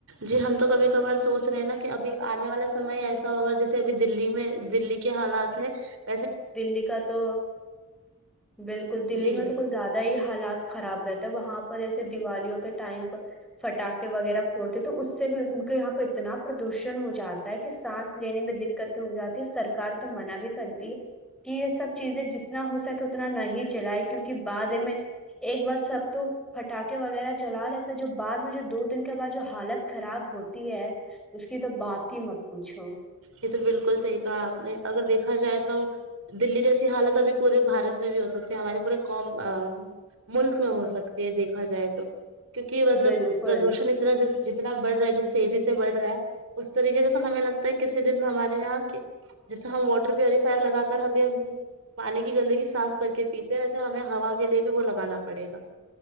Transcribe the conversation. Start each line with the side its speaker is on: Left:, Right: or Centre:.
Right: جی ہم تو کبھی کبھار سوچ رہے ہیں نا کہ ابھی <unintelligible> آنے والا سمے ایسا ہوگا جیسے ابھی دلی میں دلی کے حالات ہیں <unintelligible>
Centre: دلی کا تو بالکل دلی
Right: جی
Centre: میں تو کچھ زیادہ ہی حالات خراب رہتے <unintelligible> وہاں پر جیسے دیوالیوں کے ٹائم پ پٹاخے وغیرہ پھوڑتے تو اس سے بھی ان کے یہاں پہ اتنا پردوشن ہو جاتا ہے کہ سانس لینے میں دقت ہو جاتی ہے سرکار تو منع بھی کرتی ہے <unintelligible> کہ یہ سب چیزیں جتنا ہو سکے اتنا نہیں جلائے کیونکہ بعد میں ایک بار سب تو پٹاخے وغیرہ جلا لیتے جو بعد میں جو دو دن کے بعد جو حالت خراب ہوتی ہے اس کی تو بات ہی مت پوچھو <unintelligible>
Right: یہ تو بالکل صحیح کہا آپ نے اگر دیکھا جائے تو دلی جیسی حالت ابھی پورے بھارت میں بھی ہو سکتی ہمارے پورےوم ملک میں ہو سکتی ہے دیکھا جائے تو <unintelligible> کیونکہ مطلب
Centre: بالکل
Right: پردوشن اتنا <unintelligible> جتنا بڑھ رہا ہے جس تیزی سے بڑھ رہا ہے اس طریقے سے تو ہمیں لگتا ہے <unintelligible> کسی دن ہمارے یہاں جیسے ہم واٹر پیوریفائر لگا کر ابھی ہم پانی کی گندگی صاف کر کے پیتے ہیں ویسے ہمیں ہوا کے لیے بھی وہ لگانا پڑے گا <unintelligible>